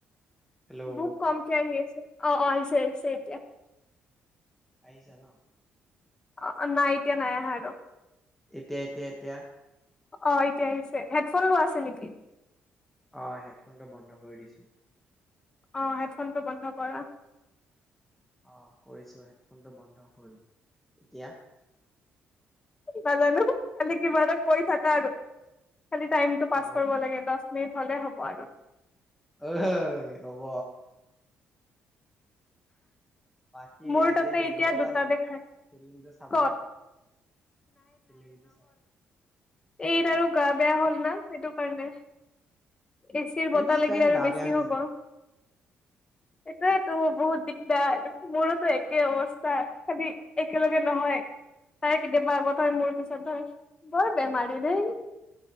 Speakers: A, in the centre; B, on the left.
A: হেল্ল'
B: বহুত কমকে আহি আছে অ অ আহিছে আহিছে এতিয়া
A: আহিছে ন
B: অ নাই এতিয়া নাই আহা আক
A: এতিয়া এতিয়া এতিয়া
B: অ এতিয়া আহিছে হেডফোন লোৱা আছে নেকি?
A: অ হেডফোনটো বন্ধ কৰি দিছো
B: অ হেডফোনটো বন্ধ কৰা।
A: অ কৰিছোহে ফোনটো বন্ধ হল এতিয়া
B: নাজানো খালি কিবা এটা কৰি থাকা আৰু খালি টাইমটো
A: হ'ব
B: পাছ কৰিব লাগে দহ সু ভালে হ'ব আৰু
A: আহ হব বাকী
B: মোৰ
A: আজি
B: তাতে এতিয়া
A: নগলা
B: দুটা
A: নেকি
B: দেখাই
A: ফিল্মটো চাবলে
B: কত
A: ফিল্মটো চাবলৈ
B: এতিয়া আৰু গা বেয়া হ'ল না সেইটো কাৰণে এচিৰ বতাহ
A: এনি
B: লাগিলে
A: টাইম
B: আৰু
A: গা
B: বেছি
A: বেয়া হৈ
B: হব।
A: থাকে
B: এইটোয়েতো বহুত দিগদাৰ মোৰোতো একে অৱস্থা খালি একেলগে নহয় তাৰে কেতিয়াবা আগত হয় মোৰ পিছত হয় বল বেমাৰী নাই